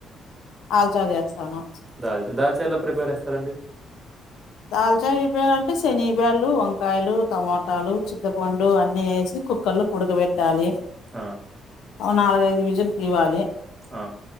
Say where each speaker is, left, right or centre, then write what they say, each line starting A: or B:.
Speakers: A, on the left (about 80°); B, on the right (about 20°).
A: ఆల్చ చేస్తాను
B: దాల్చా దాల్చా ఎలా ప్రిపేర్ ఎస్తారండి
A: దల్చాయ ఇ పేయాలంటే శనిబ్యాలు, వంకాయలు, టమోటాలు, చింతపండు అన్నీ వేసి కుక్కర్ లోకి ఉడకబెట్టాలి.
B: ఆ
A: ఓ నాలుగైదు విజులు తీవాలి
B: ఆ